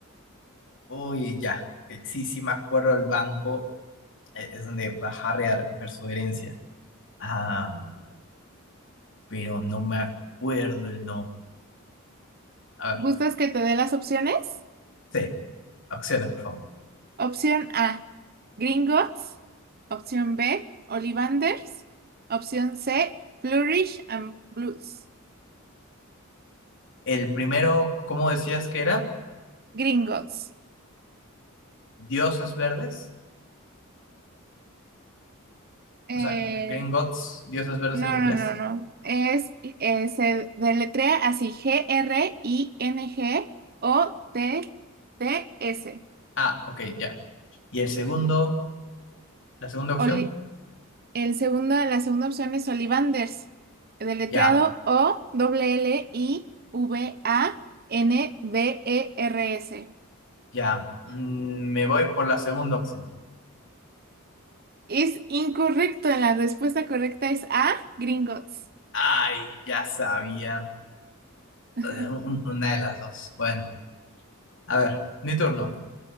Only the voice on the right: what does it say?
¿Gustas que te dé las opciones?
Opción A, Gringotts. Opción B, Ollivanders. Opción C, Flourish and Blues.
Gringotts.
Eh,
No,
no, no, no. Es, eh, se deletrea así, G-R-I-N-G-O-T-T-S.
Oli- el segundo, la segunda opción es Ollivanders, deletreado
o l l i v a n D e r s
Es incorrecto, la respuesta correcta es A, Gringotts.
<laughs>